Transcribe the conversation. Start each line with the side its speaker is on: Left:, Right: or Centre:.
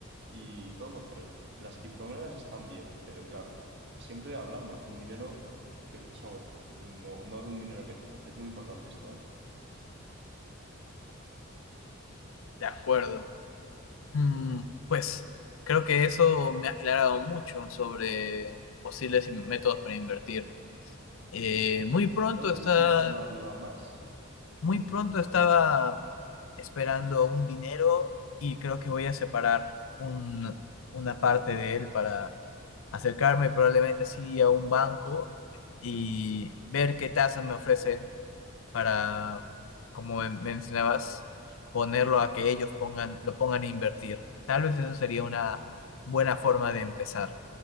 Right: y todo, pero las criptomonedas están bien, pero claro, siempre hablamos de un dinero que te sobra, de un- no, no de un dinero que te falta. Es muy importante esto, ¿eh?
Left: De acuerdo. Mm, pues creo que eso me ha aclarado mucho sobre posibles in- métodos para invertir. Eh, muy pronto
Right: No sé
Left: está,
Right: si tienes alguna duda más.
Left: muy pronto estaba esperando un dinero y creo que voy a separar un- una parte de él para acercarme probablemente así a un banco y ver qué tasas me ofrecen para, como men- mencionabas, ponerlo a que ellos pongan, lo pongan a invertir. Tal vez eso sería una buena forma de empezar.